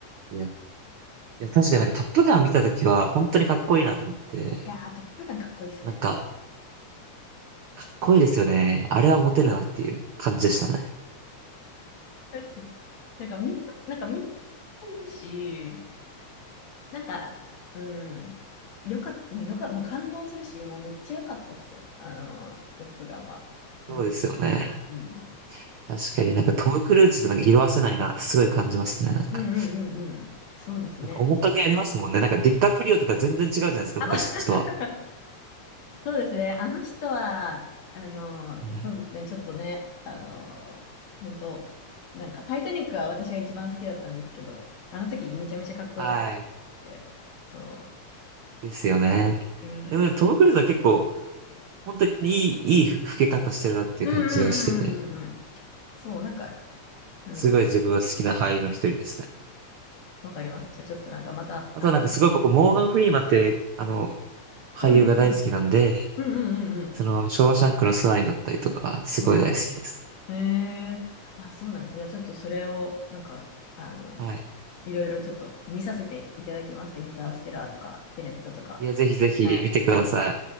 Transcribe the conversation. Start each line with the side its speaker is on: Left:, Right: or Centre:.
Right: いや、いや確かになんかトップガン見たときは、本当にかっこいいなと思って、
Left: いやー、トップガンかっこいいっすね。
Right: なんか、かっこいいですよね。あれはモテるなっていう感じでしたね。
Left: 確かに。なんかみんな、なんかみんないいし、なんか、うん、よかった、よか、もう感動するし、もうめっちゃ良かったっす。あの、トップガンは。うん、
Right: そうですよね。
Left: うん。
Right: 確かになんかトム・クルーズってなんか色褪せないなってすごい感じますね。なんか、
Left: うんうんうんうん。そうですね。
Right: なんか面影ありますもんね。なんかディカプリオとか全然違うじゃないですか、
Left: あ、
Right: 昔とは。
Left: ま、<laughs> そうですね。あの人は、あの、
Right: はい。
Left: そうですね。ちょっとね、あの、本当なんか、タイタニックは私が一番好きだったんですけど、あの時めちゃめちゃかっこよかったって。
Right: はい。
Left: そ
Right: ですよね。
Left: う。うん。
Right: でもねトム・クルーズは結構、本当にいい、いい老け方してるなっていう感じがしてて、
Left: うんうんうんうんうんうん。そう、なんか、うん、
Right: すごい自分は好きな俳優の一人ですね。
Left: わかります。じゃあちょっとなんかまた、
Right: あとはなんかすごい僕、
Left: あの、
Right: モーガン・フリーマンって、あの、俳優が大好きなんで、
Left: うんうんうん、うんうんうん
Right: その、ショーシャンクの空にだったりとか、すごい大好きですね。
Left: うん、うん。えー、あ、そうなんです。じゃあちょっとそれを、なんか、あの、
Right: はい。
Left: いろいろちょっと見させていただきます。インターステラーとか、テネットとか。
Right: いや、ぜひぜひ見てください。
Left: はい。